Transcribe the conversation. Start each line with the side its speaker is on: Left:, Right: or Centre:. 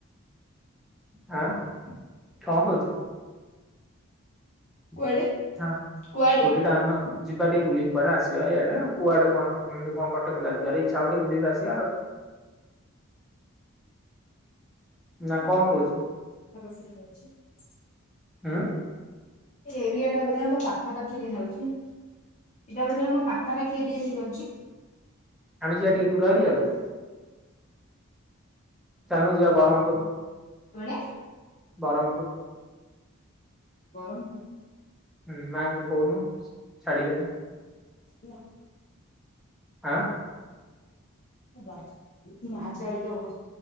Centre: ହାଁ। କଣ କହୁଛୁ? <inaudible>
Left: କୁଆଡେ
Centre: ହଁ
Left: କୁଆଡେ
Centre: ସ୍କୁଟି ଟା ଆଣନ। ଯିବା ଟିକେ ବୁଲିକି କୁଆେ ଆିବା ଇଆଡେ ଆଉ କୁଆଡେ କଣ କଣ ପଠ ପ ଯିବାେ ଇଚ୍ଛା ଟିକେ ବୁଲିକି ଆସିବା ଆଉ
Left: <inaudible>
Centre: ନା କଣ କହୁଛୁ ଉଁ
Left: ଏରିଆଟା ବୋଧେ ଆମ ପାଖାପାଖିରେ ଯାଉଛି ଏଇଟା ବୋଧେ ଆମ ପାଖାପାଖି ଏଠି ଯିରହଛି?
Centre: ଆମେ ଯିବା ଟିକେ ଦୂର ଏରିଆ କୁ? ଚାନୁ ଯିବା ବରଂପୁର।
Left: କୁଆଡେ?
Centre: ବାରମପୁର
Left: କରମ୍
Centre: ହୁଁ ମାଙ୍କୁ କୋଉନ? ଛାଡ଼ିିବେ ନା।
Left: ନା।
Centre: ଆଁ।
Left: ବା ମା ଛାଡ଼ିଦବ